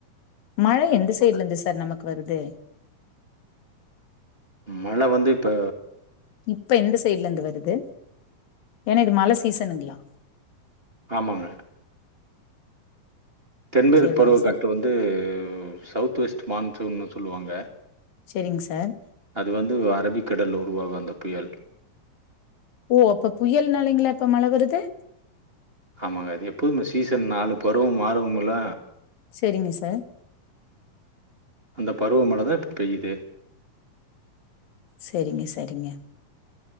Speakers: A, on the left (about 85°); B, on the right (about 20°).
A: மழ எந்த சைடுல இருந்து சார் நமக்கு வருது
B: மழ வந்து இப்ப
A: இப்ப எந்த சைடுல இருந்து வருது ஏனா இது மழ சீசனுங்களா
B: ஆமாங்க தென்மேற்கு
A: செரிங்க
B: பருவக்காற்று வந்து சவுத் வெஸ்டு மான்சுன்னு சொல்லுவாங்க
A: சேரிங்க சார்
B: அது வந்து அரபிக்கடல்ல உருவாகு அந்த புயல்
A: ஓ அப்ப புயல்னாலைங்களா இப்ப மழ வருது
B: ஆமாங்க அது எப்போதுமே சீசன் நாலு பருவோ மாறுமில்ல
A: செரிங்க சார்
B: அந்த பருவமழ தா இப்ப பெய்யிது
A: செரிங்க செரிங்க